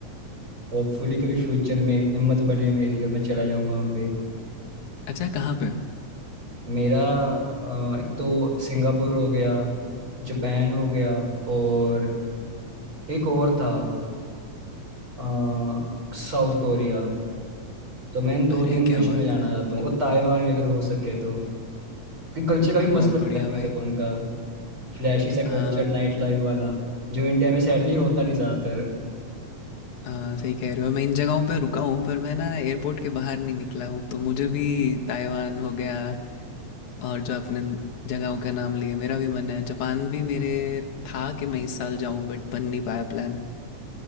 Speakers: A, on the right; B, on the left.
A: होपफुली कभी फ्यूचर में हिम्मत बने मेरी और मैं चला जाऊँ वहाँ पे
B: अच्छा कहाँ पे
A: मेरा अ, एक तो सिंगापुर हो गया जापान हो गया और एक और था अ, साउथ कोरिया तो मैं इन दो
B: अरे
A: तीन देशों
B: क्या बात
A: में जाना
B: है
A: चाहता हूँ और ताइवान भी अगर हो सके तो क्योंकि कल्चर काफी मस्त
B: बहुत
A: लगता
B: बढ़िया
A: है मेरे
B: भाई
A: को उनका फ्लैशी सा कल्चर
B: आम,
A: नाइट लाइफ वाला जो इंडिया में सैडली होता नहीं ज्यादातर
B: हाँ सही कह रहे हो मैं इन जगहों पे रुका हूँ पर मैं ना एयरपोर्ट के बाहर नहीं निकला हूँ तो मुझे भी ताइवान हो गया और जो आपने जगहों के नाम लिए मेरा भी मन है जापान भी मेरे था कि मैं इस साल जाऊँ बट बन नहीं पाया प्लान